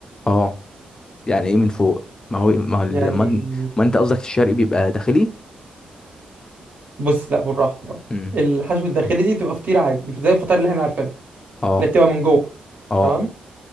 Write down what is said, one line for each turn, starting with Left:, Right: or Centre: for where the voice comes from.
Left: آه يعني ايه من فوق ما هو إيه؟ ما, ما,
Right: يعني
Left: ما انت قصدك الشرقي بيبقى داخلي
Right: بص لا بالراحه بالراحه
Left: امم
Right: الحشو الداخلي دي بتبقى فطيره عادي زي الفطار اللي احنا عارفينها
Left: اه
Right: اللي بتبقى من جوه
Left: اه
Right: تمام